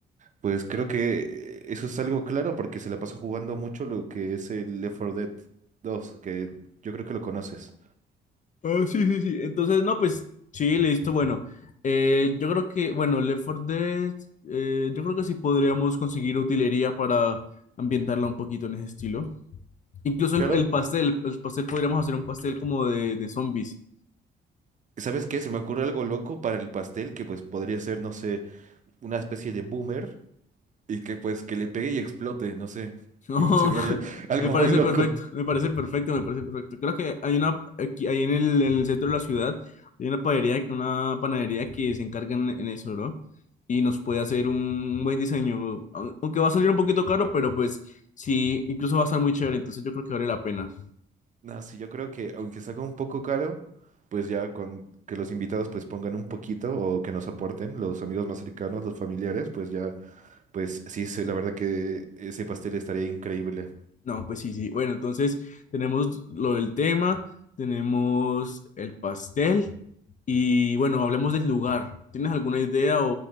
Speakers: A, on the right; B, on the left.
A: Pues creo que eh, eso es algo claro porque se la pasa jugando mucho lo que es el Left 4 Dead 2, que yo creo que lo conoces.
B: Ah, sí, sí, sí. Entonces, no, pues sí, listo. Bueno, eh, yo creo que, bueno, Left 4 Dead, eh, yo creo que sí podríamos conseguir utilería para ambientarla un poquito en ese estilo. Incluso el,
A: Claro.
B: el pastel, el pastel podríamos hacer un pastel como de, de zombies.
A: ¿Sabes qué? Se me ocurre algo loco para el pastel que pues podría ser, no sé, una especie de boomer y que pues que le pegue y explote, no sé.
B: No,
A: <laughs> Se me
B: <laughs>
A: haría algo
B: me parece
A: muy loco.
B: perfecto, me parece perfecto, me parece perfecto. Creo que hay una, aquí, ahí en el, en el centro de la ciudad, hay una panadería, una panadería que se encarga en, en eso, ¿no? Y nos puede hacer un buen diseño, au- aunque va a salir un poquito caro, pero pues sí, incluso va a estar muy chévere, entonces yo creo que vale la pena.
A: No, sí, yo creo que aunque salga un poco caro, pues ya con que los invitados pues pongan un poquito o que nos aporten, los amigos más cercanos, los familiares, pues ya Pues sí, sí, la verdad que ese pastel estaría increíble.
B: No, pues sí, sí. Bueno, entonces tenemos lo del tema, tenemos el pastel y bueno, hablemos del lugar. ¿Tienes alguna idea o...?